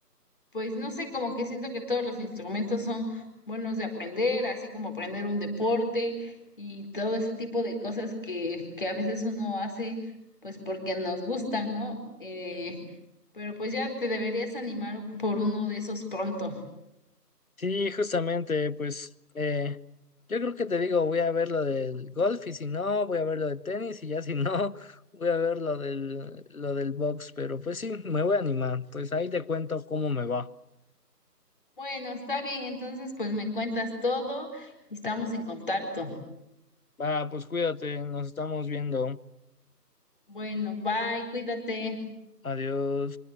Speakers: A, on the left; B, on the left.
A: Pues no sé, como que siento que todos los instrumentos son buenos de aprender, así como aprender un deporte y todo ese tipo de cosas que, que a veces uno hace, pues porque nos gustan, ¿no? Eh, pero pues ya te deberías animar por uno de esos pronto.
B: Sí, justamente, pues eh, yo creo que te digo, voy a ver lo del golf y si no, voy a ver lo del tenis y ya si no, <laughs> voy a ver lo del, lo del box, pero pues sí, me voy a animar, pues ahí te cuento cómo me va.
A: Bueno, está bien, entonces pues me cuentas todo y estamos en contacto.
B: Va, pues cuídate, nos estamos viendo.
A: Bueno, bye, cuídate.
B: Adiós.